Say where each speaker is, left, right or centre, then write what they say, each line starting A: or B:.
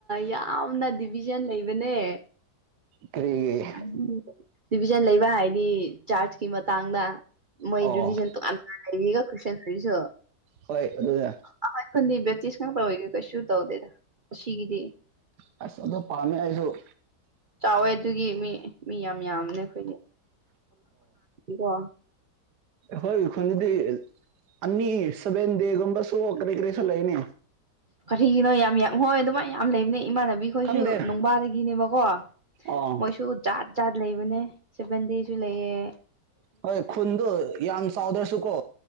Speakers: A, on the right; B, on the right.
A: ꯌꯥꯝꯅ ꯗꯤꯚꯖꯟ ꯂꯩꯕꯅꯦ
B: ꯀꯔꯤꯒꯤ
A: ꯑꯗꯨ ꯗꯤꯚꯖꯟ ꯂꯩꯕ ꯍꯥꯏꯗꯤ ꯆꯥꯔꯖꯀꯤ ꯃꯇꯥꯡꯗ ꯃꯣꯏꯔꯤꯂꯤꯖꯦꯟ
B: ꯑꯣ
A: ꯀ ꯏꯒ ꯈꯨꯁꯤꯟ ꯇꯤꯁꯨꯣ
B: ꯍꯣꯏ ꯑꯗꯨꯅꯦ
A: ꯑ ꯑꯩꯈꯕꯇꯤꯁ ꯍ ꯄ꯭ꯔꯕ ꯀꯁꯤ ꯇꯧꯗꯦꯗꯁꯤꯒꯤꯗꯤ
B: ꯑꯁ ꯑꯗꯨ ꯄꯥꯝꯃꯦ ꯑꯩꯁꯨ
A: ꯆꯥꯎꯋꯦ ꯑꯗꯨꯒꯤ ꯃꯤ ꯃꯤ ꯌꯥꯝ ꯌꯥꯝꯅꯦ ꯑꯩꯈꯣꯏꯒꯤ ꯀꯣ
B: ꯍꯣꯏ ꯈꯨꯟꯗꯗꯤ ꯑꯅꯤ ꯁꯚꯦꯟ ꯗꯦꯒꯨꯝꯕꯁꯨ ꯀꯔꯤ ꯀꯔꯤꯁꯨ ꯂꯩꯅꯤ
A: ꯀꯔꯤꯒꯤꯅꯣ ꯌꯥꯝ ꯌꯥꯝ ꯍꯣꯏ ꯑꯗꯨꯝ ꯌꯥꯝ ꯂꯩꯕꯅꯦ ꯏꯃꯥꯟꯅꯕꯤ ꯈꯣꯏꯁꯨ
B: ꯈꯪꯗꯦ
A: ꯡꯕꯥꯗꯒꯤꯅꯦꯕꯀꯣ
B: ꯑꯣ
A: ꯃꯣꯏꯁꯨ ꯖꯥꯠ ꯏꯁꯇꯥꯔꯠ ꯂꯩꯕꯅꯦ ꯁꯦꯚꯦꯟ ꯗꯦꯁꯨ ꯂꯩꯑꯦ
B: ꯍꯣꯏ ꯈꯨꯟꯗ ꯌꯥꯝ ꯆꯥꯎꯗ꯭ꯔꯁꯨ ꯀꯣ